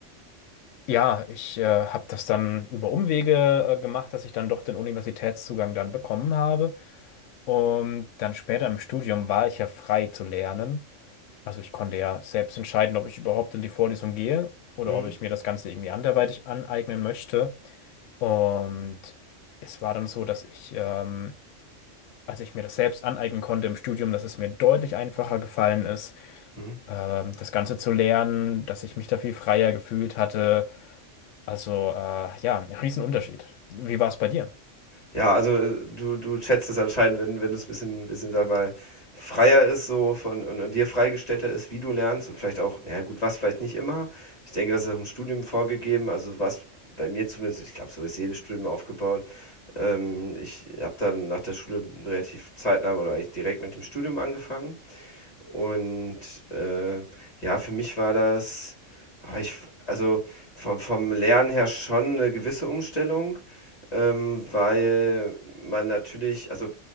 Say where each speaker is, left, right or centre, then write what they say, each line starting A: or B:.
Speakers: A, on the left; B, on the left.
A: ja, ich äh, habe das dann über Umwege äh, gemacht, dass ich dann doch den Universitätszugang dann bekommen habe. Und dann später im Studium war ich ja frei zu lernen. Also ich konnte ja selbst entscheiden, ob ich überhaupt in die Vorlesung gehe oder
B: Hm.
A: ob ich mir das Ganze irgendwie anderweitig aneignen möchte. Und es war dann so, dass ich, ähm, als ich mir das selbst aneignen konnte im Studium, dass es mir deutlich einfacher gefallen ist,
B: Hm.
A: ähm, das Ganze zu lernen, dass ich mich da viel freier gefühlt hatte. Also äh, ja, ein Riesenunterschied. Wie war es bei dir?
B: Ja, also äh, du, du schätzt es anscheinend, wenn, wenn es ein bisschen, bisschen, sag mal, freier ist so von, und, und dir freigestellter ist, wie du lernst und vielleicht auch, naja gut, was vielleicht nicht immer. Ich denke, das ist auch im Studium vorgegeben, also was bei mir zumindest, ich glaube, so ist jedes Studium aufgebaut. Ähm, ich habe dann nach der Schule relativ zeitnah oder eigentlich direkt mit dem Studium angefangen und äh, ja, für mich war das, ah, ich, also vom, vom Lernen her schon eine gewisse Umstellung, ähm, weil man natürlich, also